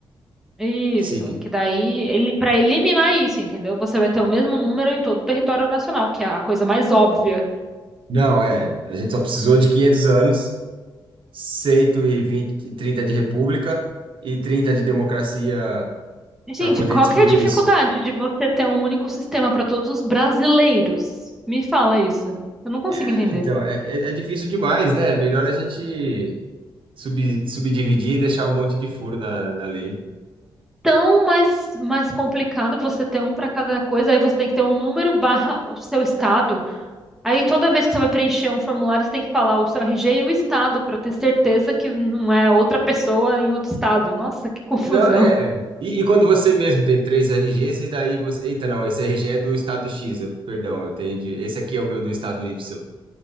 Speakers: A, in the centre; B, on the right.
A: Isso,
B: SIG.
A: que daí ele para eliminar isso, entendeu? Você vai ter o mesmo número em todo o território nacional, que é a coisa mais óbvia.
B: Não, é. A gente só precisou de 500 anos, 120, 30 de república e 30 de democracia
A: Gente,
B: para poder
A: qual
B: descobrir
A: que é a dificuldade
B: isso.
A: de você ter um único sistema para todos os brasileiros? Me fala isso. Eu não consigo
B: É,
A: entender.
B: então, é, é é difícil demais, né? É melhor a gente sub, subdividir e deixar um monte de furo na, na lei.
A: Tão mais mais complicado você ter um para cada coisa, aí você tem que ter um número barra o seu estado. Aí toda vez que você vai preencher um formulário, você tem que falar o seu RG e o estado para ter certeza que não é outra pessoa em outro estado. Nossa, que confusão.
B: Não, é, é. E, e quando você mesmo tem três RGs e daí você. Eita, não, esse RG é do estado X, eu- perdão, eu tenho de... Esse aqui é o meu do estado Y.